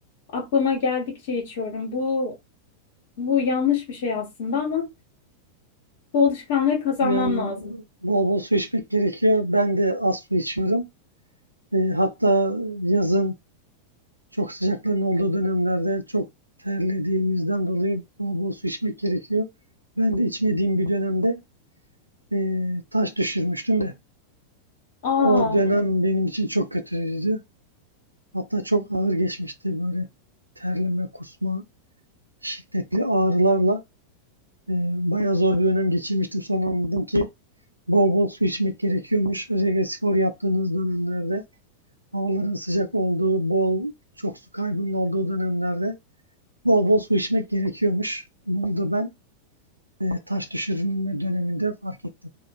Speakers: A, on the left; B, on the right.
A: Aklıma geldikçe içiyorum. Bu bu yanlış bir şey aslında ama bu alışkanlığı kazanmam
B: Yani
A: lazım.
B: bol bol su içmek gerekiyor. Ben de az su içiyorum. E, hatta yazın Çok sıcakların olduğu dönemlerde çok terlediğimizden dolayı bol bol su içmek gerekiyor. Ben de içmediğim bir dönemde eee, taş düşürmüştüm de
A: Aa
B: o dönem benim için çok kötüydü. Hatta çok ağır geçmişti böyle terleme, kusma, şiddetli ağrılarla eee bayağı zor bir dönem geçirmiştim. Sonra anladım ki bol bol su içmek gerekiyormuş. Özellikle spor yaptığınız dönemlerde havaların sıcak olduğu, bol çok su kaybının olduğu dönemlerde Bol bol su içmek gerekiyormuş. Bunu da ben e, taş düşürme döneminde fark ettim.